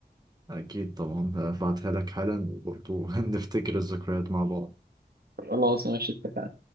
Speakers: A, on the right; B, on the right.
A: اكيد طبعا هبعتها لك حالا وبرضه <laughs> نفتكر الذكريات مع بعض
B: خلاص ماشي اتفقنا